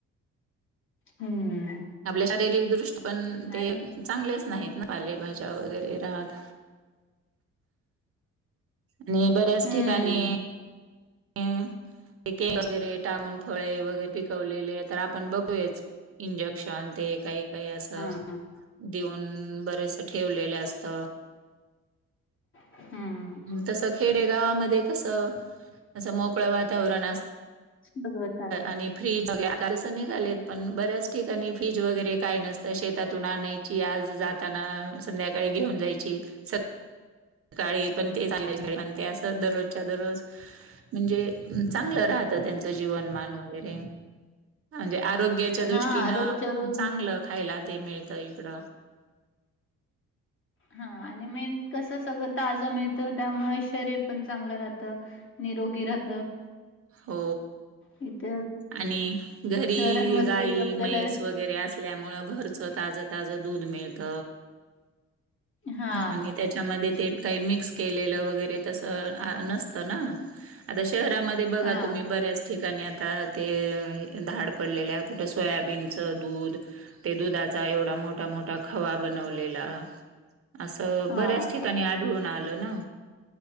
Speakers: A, on the left (about 40°); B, on the right (about 50°).
A: हम्म.
B: आपल्या शारीरिक दृष्टी पण
A: आणि
B: ते चांगलेच नाहीत ना पालेभाज्या वगैरे राहत आणि बऱ्याच
A: हम्म
B: ठिकाणी केमिकल वैगरे, टाकुण फळे वगैरे, पिकवलेले तर आप पण बघूच इंजेक्शन ते काही, काही, असं
A: हा
B: देऊन बरेस ठेवलेलं असत
A: हम्म
B: तस खेडेगावामध्ये कस असं मोकळं वातावरण असत,
A: सगळं ताज
B: आणि फ्रीज वगैरे कालस निघालेत, पण बऱ्याच ठिकाणी फ्रिज वगैरे काय नसतं, शेतातून आणायची आज जाताना संध्याकाळी घेऊन जायची स काळी पण ते, पण ते असं दररोजच्या, दररोज म्हणजे चांगलं राहतं त्यांचं जीवनमान वगैरे म्हणजे आरोग्याच्या दृष्टीनं
A: हा रोजच्या रोज
B: चांगलं खायला ते मिळत इकड
A: हा आणि मेन कस सगत ताजं मिळतं, त्यामुळे शरीर पण चांगलं राहतं, निरोगी राहत.
B: हो!
A: इथ
B: आणि घरी
A: शहरांमध्ये
B: गाई
A: आपल्याला
B: म्हैस वगैरे असल्यामुळे घरच ताजं, ताजं, दूध मिळत.
A: हा
B: आणि त्याच्यामध्ये. ते काही मिक्स केलेलं वगैरे, तसं नसतं ना, आता शहरामध्ये बघा,
A: हा
B: तुम्ही बऱ्याच ठिकाणी आता आता ते धाड पडलेल्या, कुठ सोयाबीनच दूध, ते दुधाचा एवढा मोठा, मोठा, खवा बनवलेला असं
A: हा
B: बऱ्याच ठिकाणी, आढळून आलं ना